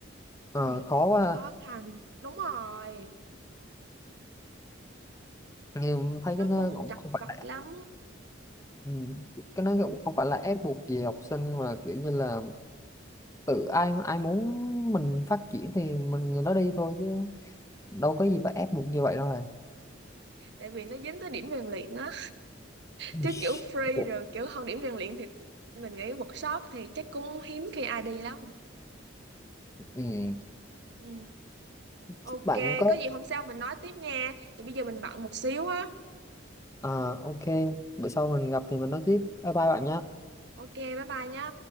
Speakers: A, on the left (about 15°); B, on the right (about 60°).
A: ờ,
B: Cái này
A: khó
B: thật
A: quá ha.
B: khó khăn đúng rồi
A: nhưng thấy
B: nó
A: cái nó
B: cũng
A: cũng
B: chặt
A: không phải
B: vặt
A: là
B: lắm
A: ừ, cái nó cũng không phải là ép buộc gì học sinh mà kiểu như là tự ai ai muốn mình phát triển thì mình người đó đi thôi chứ đâu có gì phải ép buộc như vậy đâu rồi
B: tại vì nó dính tới điểm rèn luyện á
A: <laughs>
B: chứ kiểu free rồi kiểu không điểm rèn luyện thì mình nghĩ workshop thì chắc cũng hiếm khi ai đi lắm
A: ừ,
B: ừ Ok,
A: chúc bạn có
B: có gì hôm sau mình nói tiếp nha. Thì bây giờ mình bận một xíu á.
A: Ờ, ok bữa sau mình gặp thì mình nói tiếp bye bye bạn nha
B: Ok, bye bye nhá.